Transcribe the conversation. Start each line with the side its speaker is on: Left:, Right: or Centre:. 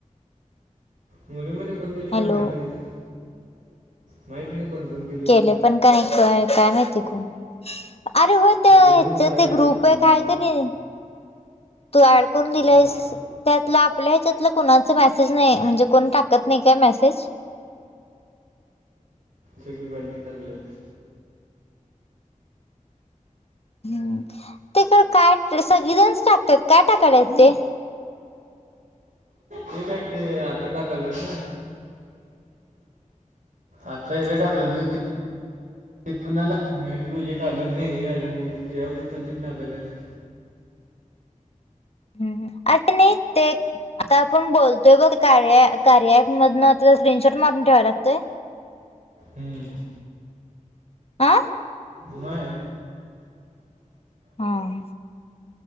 Right: मुलीनं मध्ये कोण गेले
Left: हॅलो
Right: काय माहित नाही गं. माहित नाही. कोण कोण गेलं.
Left: केले पण का नाही काय माहिती कोण. अरे हो ते हेच्यात
Right: लय दोन करायला नाहीत
Left: एक
Right: वाटतं
Left: ग्रुप
Right: मुलींमध्ये.
Left: हाय कणी. तू ऍड करून दिलायस.
Right: हां.
Left: त्यातलं आपल्या हेच्यातलं कुणाच मेसेज नाही. म्हणजे कोण टाकत नाही काय मेसेज.
Right: सगळी बाहेरची टाकलेत.
Left: ह ते खरं काय सगळीजणच टाकत्यात काय टाकायलेत ते.
Right: ते काय ते आता टाकालेत ना. आता हेच टाकाल्यात गं ते. एक कुणाला नवीन प्रोजेक्ट आल नाही. हे आलं नाही त्या अनुसार तेनी टाकाल्यात.
Left: ह ह आगं नाही ते. आता आपण बोलतोय बघ कार्या कार्या ऐप मधनं स्क्रीनशॉट मारून ठेवाय लागतंय?
Right: हम्म.
Left: आं
Right: नाय
Left: हां